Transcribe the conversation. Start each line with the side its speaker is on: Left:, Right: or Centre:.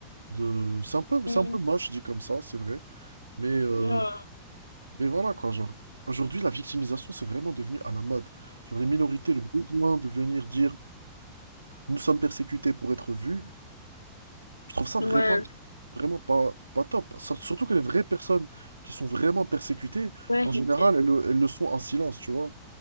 Right: De... C'est un peu,
Left: veux
Right: c'est un peu moche, dit comme ça, c'est vrai. Mais, euh,
Left: Ouais,
Right: mais voilà, quoi. Genre, aujourd'hui, la victimisation, c'est vraiment devenu à la mode. Genre, les minorités, le besoin de venir dire. Nous sommes persécutés pour être vus. Je trouve ça vraiment,
Left: ouais, ouais,
Right: vraiment pas, pas top. Sur- Surtout que les vraies personnes qui sont vraiment persécutées,
Left: ouais,
Right: en général,
Left: c'est vrai.
Right: elles, le elles le sont en silence, tu vois.